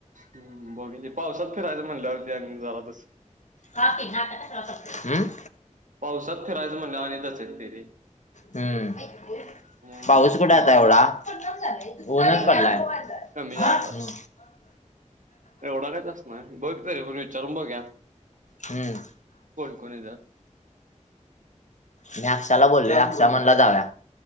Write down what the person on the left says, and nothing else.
हम्म,
हम्म,
पाऊस कुठे आता एवढा? ऊन
पडलाय,
हम्म.
हम्म,
मी आक्षाला बोललो ये, अक्षा म्हणला जाऊया.